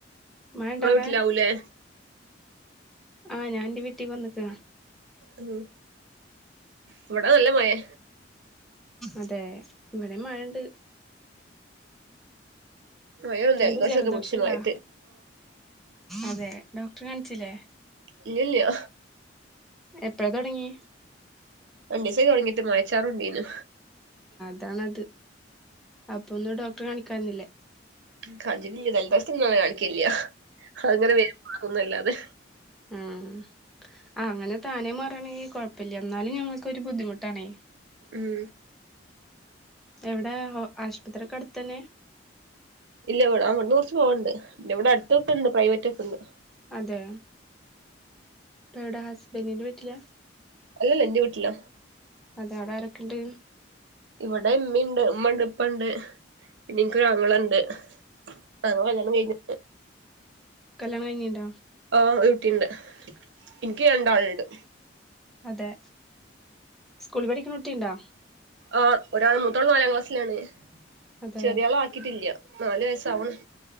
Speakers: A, in the centre; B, on the right.
A: മഴണ്ടോ
B: ങ്ങളെ
A: അവിടെ
B: വീട്ടിലാവൂലേ
A: ആഹ് ഞാന്റെ വീട്ടീവന്നക്ക
B: ഉം ഇവിട നല്ല മഴെ
A: അതെ ഇവിടെ മഴണ്ട്
B: ഭയം
A: എന്താ
B: ദോഷമൊക്കെ
A: ജലദോഷംണ്ടാ
B: പിടിച്ച മയത്ത്
A: അതെ ഡോക്ടറേ കാണിച്ചില്ലേ
B: ഇലില്ലാ
A: എപ്പഴാ തുടങ്ങി
B: രണ്ടിസ തുടങ്ങിട്ട് മായച്ചാറണ്ടീന്ന്
A: അതണത് അപ്പൊ ഒന്ന് ഡോക്ടറെ കാണിക്കാരുന്നില്ലേ
B: കാഞ്ചില്ല ജലദിവസ നളെ കാണിക്കില്ല അങ്ങനെ വരും മാറുന്നല്ലാതെ
A: ഉം ആഹ് അങ്ങനെ താനേ മാറണ കുഴപ്പല്ല എന്നാലും ഞമ്മൾക്കരു ബുദ്ധിമുട്ടാണേ
B: ഉം
A: എവിടെ ആശ്പത്ര്യൊക്കെ അട്ത്തന്നെ
B: ഇല്ല ഇവിടെ അങ്ങട്ട് കൊർച്ച് പോവ്ണ്ട് പിന്നെവ്ടെ അട്ത്തൊക്കെണ്ട് പ്രൈവറ്റ് ഒക്കെണ്ട്
A: അതെ ഇപ്പൊ എവ്ടെ ഹസ്ബൻ്റിന്റെ വീട്ട്ല
B: അല്ലല്ല ഇന്റെ വിട്ട്ല
A: അതെ അവ്ടെ ആരൊക്കെണ്ട്
B: ഇവ്ടെ ഇമ്മിണ്ട് ഉമ്മണ്ട് ഇപ്പണ്ട് പിന്നെ ഇൻക്കൊരാങ്ങളണ്ട് <unintelligible> കല്യാണം കൈഞ്
A: കല്യാണം കയ്ഞീണ്ട
B: ആഹ് ഒരുട്ടിണ്ട് ഇൻക്ക് രണ്ടാൾണ്ട്
A: അതെ സ്കൂളി പഠിക്കിണ കുട്ടിണ്ടോ
B: ആഹ് ഒരാള് മൂത്താള് നാലാം ക്ലാസ്സ്ലാണ്
A: അതെ
B: ചെറ്യാളാ കിട്ടില്ല്യ നാല് വയസ്സാവ്ണ്